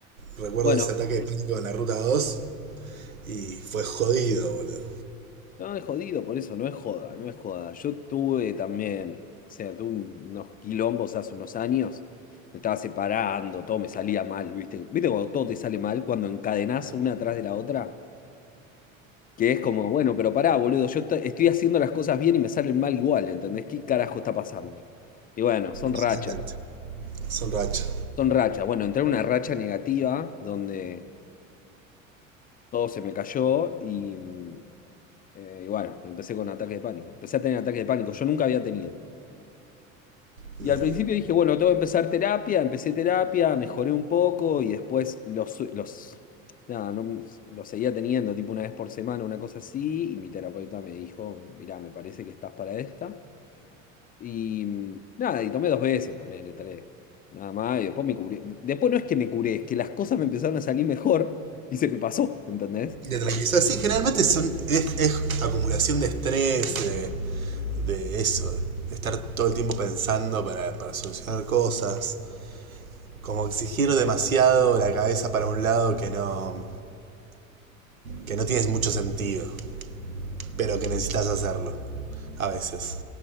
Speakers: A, on the right; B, on the left.
A: Recuerdo
B: Bueno,
A: ese ataque de pánico en la ruta 2 y fue jodido, boludo.
B: No, es jodido, por eso no es joda, no es joda. Yo tuve también, o sea, tuve un- unos quilombos hace unos años, me estaba separando, todo me salía mal, ¿viste? ¿Viste cuando todo te sale mal, cuando encadenás una atrás de la otra? Que es como, bueno, pero pará, boludo, yo esta- estoy haciendo las cosas bien y me salen mal igual, ¿entendés? ¿Qué carajo está pasando? Y bueno, son rachas,
A: Totalmente. Son rachas
B: son rachas. Bueno, entré en una racha negativa donde todo se me cayó y, mm, eh, y bueno, empecé con ataque de pánico. Empecé a tener ataque de pánico, yo nunca había tenido.
A: boludo.
B: Y al principio dije, bueno, tengo que empezar terapia, empecé terapia, mejoré un poco y después los, los, nada, no, los seguía teniendo tipo una vez por semana, una cosa así, y mi terapeuta me dijo, bueno, mirá, me parece que estás para esta. Y mm, nada, y tomé dos veces, ponele tres, nada más, y después me curé. Después no es que me curé, es que las cosas me empezaron a salir mejor y se me pasó, ¿entendés?
A: Y te tranquilizas. Sí, generalmente son, es, es acumulación de estrés, de, de eso, de estar todo el tiempo pensando para, para solucionar cosas. Como exigir demasiado la cabeza para un lado que no, que no tienes mucho sentido, pero que necesitas hacerlo. A veces.